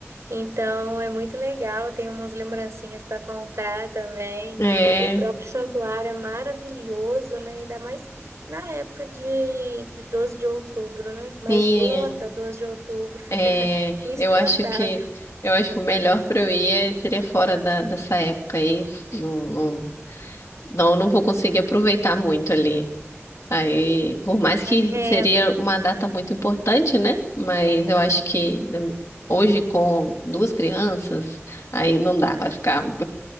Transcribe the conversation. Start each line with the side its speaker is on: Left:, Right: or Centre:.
Right: Então é muito legal, tem umas lembrancinhas para comprar também.
Left: é.
Right: O próprio santuário é maravilhoso, né? Ainda mais na época de, de 12 de outubro, né? Mas
Left: Sim,
Right: lota
Left: é.
Right: 12 de outubro, fica
Left: É,
Right: <laughs> insuportável.
Left: eu acho que eu acho que o melhor para eu ir é- seria fora da, dessa época aí. Não, não, não, não vou conseguir aproveitar muito ali. Aí, por mais que
Right: É,
Left: seria uma data muito importante, né? Mas eu acho que né, hoje com duas crianças, aí não dá, vai ficar <laughs> um